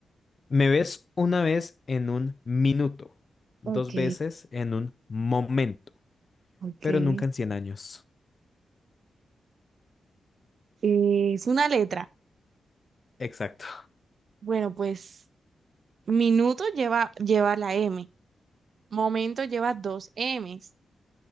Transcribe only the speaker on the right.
Ok,
ok.
Eh, es una letra.
Bueno, pues minuto lleva, lleva la M, momento lleva dos Ms